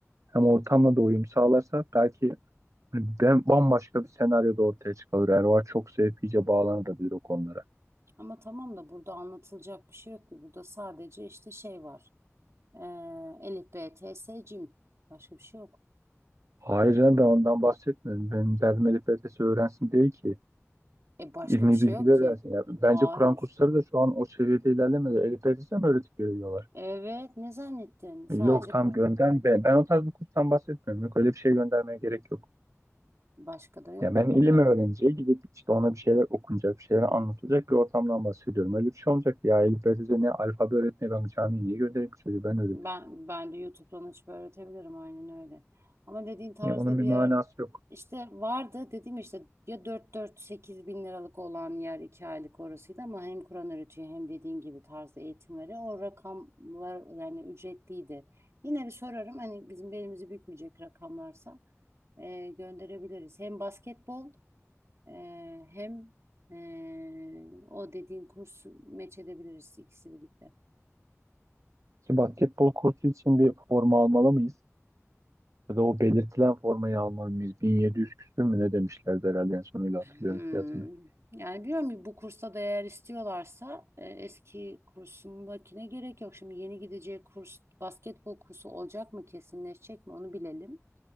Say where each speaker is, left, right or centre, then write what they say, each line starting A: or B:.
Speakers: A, on the right (about 75°); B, on the right (about 60°).
A: hem ortamla da uyum sağlarsa belki hani ben bambaşka bir senaryo da ortaya çıkar. Ervan çok sevip iyice bağlanabilir o konulara.
B: ama tamam da burada anlatılacak bir şey yok ki. Burada sadece işte şey var. Ee, Elif B, T, S, Cim. Başka bir şey yok.
A: Hayır canım ben ondan bahsetmiyorum. Benim derdim Elif LTS öğrensin değil ki.
B: E başka
A: İlmi
B: bir şey
A: bilgiler
B: yok ki.
A: öğrensin. Ya, bence
B: Hayır.
A: Kur'an kursları da şu an o seviyede ilerlemedi. Elif LTS'e mi öğretip veriyorlar?
B: Evet ne zannettin? Sadece
A: E, Yok tam
B: kur.
A: gönder ben. Ben o tarz bir kurstan bahsetmiyorum. Yok öyle bir şey göndermeye gerek yok.
B: Başka da yok
A: Ya ben
B: ki burada.
A: ilim öğreneceği gidip işte ona bir şeyler okunacak, bir şeyler anlatılacak bir ortamdan bahsediyorum. Öyle bir şey olacak ya. Elif LTS'e ne alfabe öğretmeye ben camiye niye göndereyim ki çocuğu ben öğretirim.
B: Ben ben de YouTube'dan açıp öğretebilirim aynen öyle. Ama dediğin tarzda
A: Ya, onun
B: bir
A: bir manası
B: yer
A: yok.
B: işte vardı dediğim işte ya 4-4-8 bin liralık olan yer 2 aylık orasıydı ama hem Kur'an öğretiyor hem dediğin gibi tarzda eğitim veriyor. O rakamlar yani ücretliydi. Yine bir sorarım hani bizim belimizi bükmeyecek rakamlarsa e, gönderebiliriz. Hem basketbol ee, hem ee, o dediğin kursu meç edebiliriz ikisi birlikte.
A: Ki basketbol kursu için bir forma almalı mıyız? Ya da o belirtilen formayı alman 1700 küsür mü ne demişlerdi herhalde en son öyle hatırlıyorum
B: Hmm.
A: fiyatını.
B: Yani biliyorum ki bu kursa da eğer istiyorlarsa e, eski kursundakine gerek yok. Şimdi yeni gideceği kurs basketbol kursu olacak mı kesinleşecek mi onu bilelim.